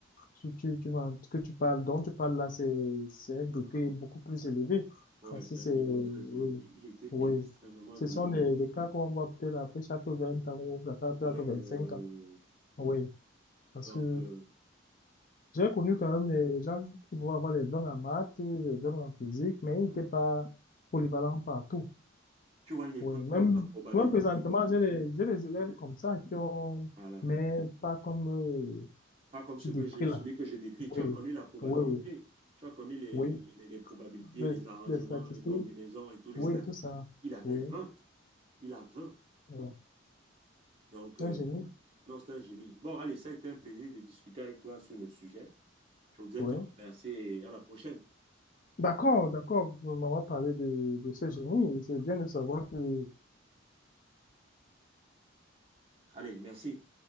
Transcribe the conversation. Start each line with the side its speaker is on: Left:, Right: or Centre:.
Left: tu, tu, tu vas- que tu parles, dont tu parles là, c'est, c'est un degré beaucoup plus élevé.
Right: ouais,
Left: Parce
Right: c'est
Left: que c'est,
Right: un niveau
Left: oui,
Right: très élevé. Il était
Left: oui.
Right: extrêmement
Left: Ce
Right: doué.
Left: sont des, des cas qu'on voit peut-être après chaque 20 ans ou après
Right: Ouais,
Left: chaque 25
Right: euh,
Left: ans. Oui, parce
Right: donc,
Left: que
Right: euh,
Left: j'ai connu quand même des des gens qui vont avoir des dons en maths, des dons en physique, mais ils
Right: mhm.
Left: n'étaient pas polyvalents partout.
Right: tu vois une épreuve
Left: Oui, même,
Right: comme la probabilité.
Left: même présentement, j'ai des, j'ai des élèves
Right: hein.
Left: comme ça qui ont,
Right: Voilà.
Left: mais pas comme euh,
Right: Pas comme
Left: tu
Right: ce
Left: décris
Right: que je,
Left: là.
Right: celui que je décris. Tu
Left: Oui,
Right: as connu la probabilité.
Left: oui, oui,
Right: Tu as connu les,
Left: oui.
Right: les- les- les probabilités,
Left: Les,
Right: les arrangements,
Left: les statistiques,
Right: les combinaisons et tous les
Left: oui,
Right: stats.
Left: tout ça.
Right: Il avait
Left: Oui,
Right: 20. Il a 20.
Left: euh,
Right: Donc,
Left: un
Right: euh,
Left: génie,
Right: non, c'est un génie. Bon, allez, ça a été un plaisir de discuter avec toi sur le sujet. Je voudrais
Left: oui.
Right: te remercier et à la prochaine.
Left: D'accord, d'accord, on va parler de, de ce génie. C'est bien de savoir que
Right: Allez, merci.